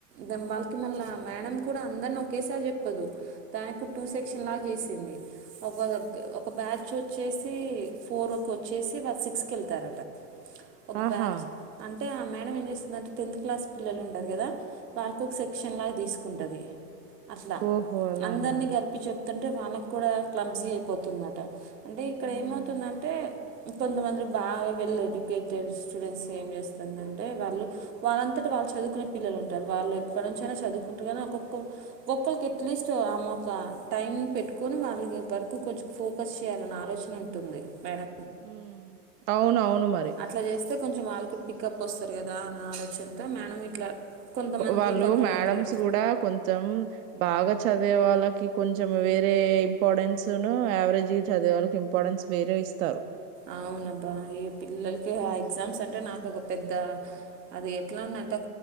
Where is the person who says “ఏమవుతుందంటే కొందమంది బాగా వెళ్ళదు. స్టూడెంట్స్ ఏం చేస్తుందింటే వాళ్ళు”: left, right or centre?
Right